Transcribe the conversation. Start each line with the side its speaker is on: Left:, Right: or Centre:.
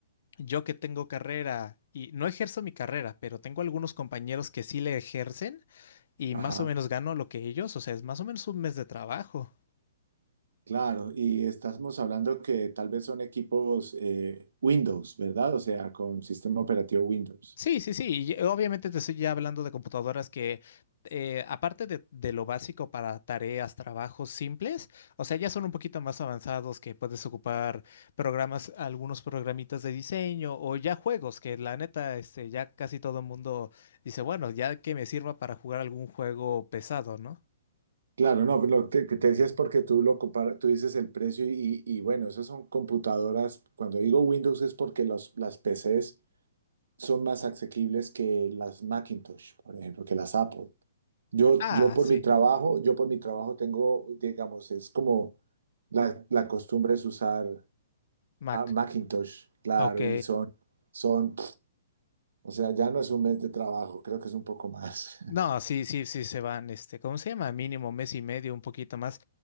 Left: yo que tengo carrera y no ejerzo mi carrera, pero tengo algunos compañeros que sí le ejercen y
Right: Ajá,
Left: más o menos gano lo que ellos, o sea, es más o menos un mes de trabajo.
Right: claro, y estamos hablando que tal vez son equipos eh, Windows, ¿verdad? O sea, con sistema operativo Windows.
Left: Sí, sí, sí. y Obviamente te estoy ya hablando de computadoras que, eh, aparte de, de lo básico para tareas, trabajos simples, o sea, ya son un poquito más avanzados que puedes ocupar programas, algunos programitas de diseño o ya juegos que la neta, este, ya casi todo el mundo dice, bueno, ya que me sirva para jugar algún juego pesado, ¿no?
Right: Claro, no, pero lo te- que te decía es porque tú lo comparas, tú dices el precio y, y bueno, esas son computadoras. Cuando digo Windows es porque los, las PCs son más asequibles que las Macintosh, por ejemplo, que las Apple. Yo,
Left: Ah,
Right: yo por
Left: sí,
Right: mi trabajo, yo por mi trabajo tengo, digamos, es como la, la costumbre es usar
Left: Mac.
Right: a Macintosh, claro,
Left: Ok.
Right: y son, son, pf, o sea, ya no es un mes de trabajo, creo que es un poco más.
Left: No, sí, sí, sí se van, este, ¿cómo se llama? Mínimo mes y medio, un poquito más.